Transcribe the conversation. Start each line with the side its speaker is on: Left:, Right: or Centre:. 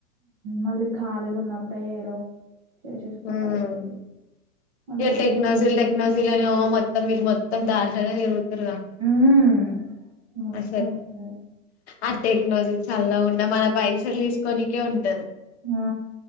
Right: మళ్ళీ ఖాళీగా ఉన్నప్పుడే ఏదో చేసేసుకుంటే
Left: మ్మ్
Right: అయిపోతది మళ్ళీ
Left: ఇగ
Right: ఆగమాగం
Left: టెక్నజీలు టెక్నాలజీలు అని ఓ మొత్ మొత్తం మీరు మొత్తం దాంట్లనే తిరు రుగ
Right: ఉమ్ మొత్తం
Left: అసలు
Right: అదే
Left: అంతే టెక్నలజీ చల్లగుండ మన పైసలు తీసుకొనికే ఉంటరు
Right: ఆ